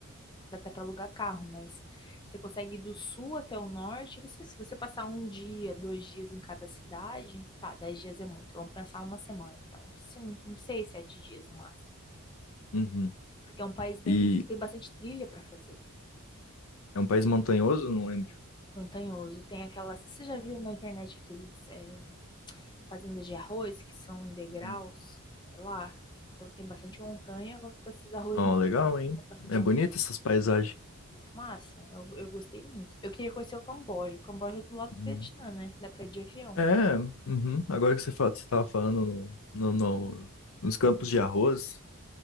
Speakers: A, on the left (about 20°); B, on the left (about 65°).
A: Dá até para alugar carro, mas você consegue ir do sul até o norte. Você, se você passar um dia, dois dias em cada cidade, tá, dez dias é muito. Vamos pensar uma semana, então, cinco, uns seis, sete dias no máximo.
B: Uhum.
A: Porque é um país bem,
B: E
A: tem bastante trilha para fazer,
B: é um país montanhoso, não lembro.
A: montanhoso. Tem aquela. você já viu na internet aqueles é, fazendas de arroz que são em degraus,
B: Uhum.
A: é lá. Então tem bastante montanha com com esses arroz,
B: Ó,
A: em de-
B: legal, hein?
A: a plantação de
B: É
A: arroz
B: bonita
A: é
B: essas paisagens.
A: muito massa. Eu, eu gostei muito. Eu queria conhecer o Camboja. O Camboja é do lado do
B: Hum.
A: Vietnã, né? Dá pra ir de avião.
B: É, uhum. Agora que você fala, você estava falando no, no- no- nos campos de arroz,